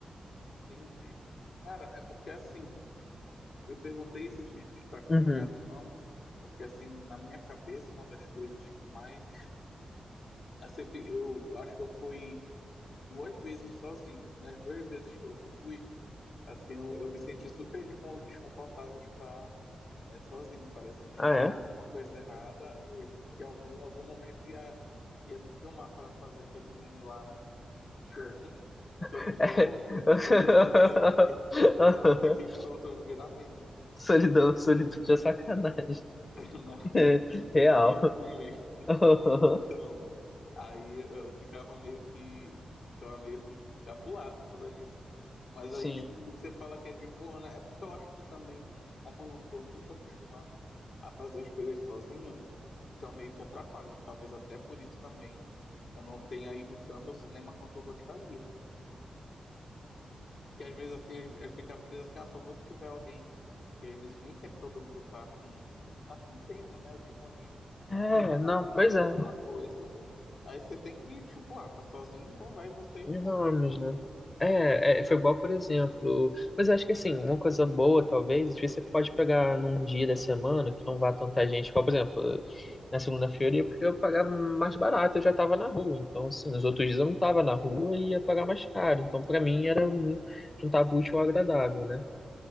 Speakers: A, on the left; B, on the left.
A: Entendi. Cara, é porque assim, eu perguntei isso de de estar acompanhado
B: Uhum.
A: ou não, porque assim, na minha cabeça, uma das coisas que mais. Assim, eu, fui- eu acho que eu fui duas vezes sozinho, e nas duas vezes que eu fui, assim, eu, eu me senti super descon- desconfortável de estar é, sozinho. Parece que tinha
B: Ah,
A: alguma
B: é?
A: coisa errada, ou assim, que alguém em algum momento ia, ia me filmar para fazer aquele meme lá, né, do. <laughs> Solidão,
B: <laughs>
A: ou solitude, não sei o quê. Aí eu fiquei pronto, eu vou virar meme aqui.
B: Solidão, solitude é sacanagem.
A: <laughs> Na-
B: <laughs>
A: Você
B: Real.
A: já viu esse meme?
B: <laughs>
A: Então, aí eu eu ficava meio que. Eu ficava meio assim que encabulado por causa disso. Mas aí,
B: Sim.
A: tipo, você fala que é de boa, né? É porque eu acho que também, como eu não tô muito acostumado a fazer as coisas sozinho, então meio que atrapalha. Talvez até por isso também eu não tenha ido tanto ao cinema quanto eu gostaria. Porque às vezes assim, é ficar preso assim, ah, só vou se tiver alguém. E às vezes nem sempre todo mundo tá com, tá com tempo, né? Disponível.
B: É,
A: E Você quer
B: não,
A: fazer muito
B: pois é.
A: alguma coisa. Aí você tem que, tipo, ah, tá sozinho, então vai você e você
B: E Vamos,
A: mesmo.
B: né? É, é, foi igual, por exemplo. Mas eu acho que assim, uma coisa boa, talvez, às vezes você pode pegar num dia da semana que não vá tanta gente. Igual, por exemplo, na segunda-feira, ia porque eu pagava mais barato, eu já tava na rua. Então, assim, nos outros dias eu não tava na rua e ia pagar mais caro. Então, pra mim, era muito juntar útil ao agradável, né?